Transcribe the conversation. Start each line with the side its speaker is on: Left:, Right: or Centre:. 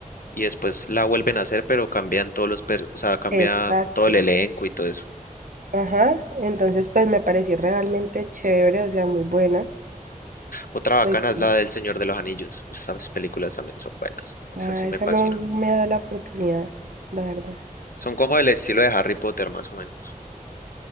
Left: y después la vuelven a hacer, pero cambian todos los, per- o sea, cambia
Right: exacto.
Left: todo el elenco y todo eso.
Right: Ajá, entonces pues me pareció realmente chévere, o sea, muy buena.
Left: Otra bacana
Right: Pues
Left: es
Right: sí,
Left: la del Señor de los Anillos. Esas películas también son buenas. Esas
Right: ah,
Left: sí me
Right: esa
Left: fascinan.
Right: no, no me da la oportunidad, la verdad.
Left: Son como el estilo de Harry Potter, más o menos.